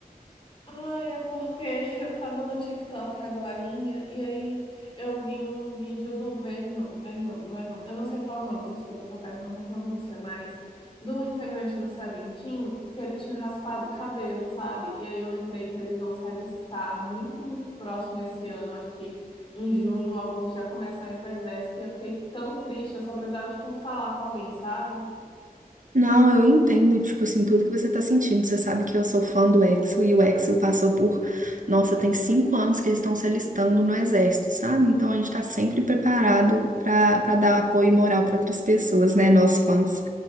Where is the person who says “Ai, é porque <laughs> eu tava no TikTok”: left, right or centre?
Left